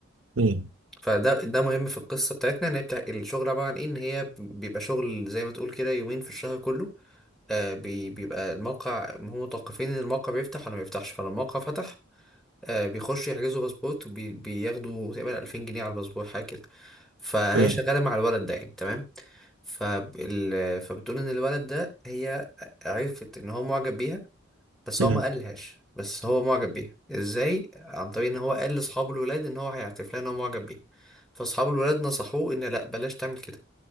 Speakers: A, on the right; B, in the centre.
A: مم.
B: فده ده مهم في القصه بتاعتنا ان هي بتاع الشغل عباره عن ايه ان هي بيبقى شغل زي ما تقول كده يومين في الشهر كله آه، بي- بيبقى الموقع هم متوقفين ان الموقع بيفتح ولا ما بيفتحش فلو الموقع فتح آه، بيخشوا يحجزوا باسبورت وبياخدوا تقريبا 2000 جنيه على الباسبور حاجه كده فهي
A: مم.
B: شغاله مع الولد ده يعني تمام فال... فبتقول ان الولد ده هي عرفت ان هو معجب بيها بس
A: مم.
B: هو ما قالهاش بس هو معجب بيها ازاي عن طريق ان هو قال لاصحاب الولاد ان هو هيعترف لها ان هو معجب بيها فاصحاب الولاد نصحوه ان لا بلاش تعمل كده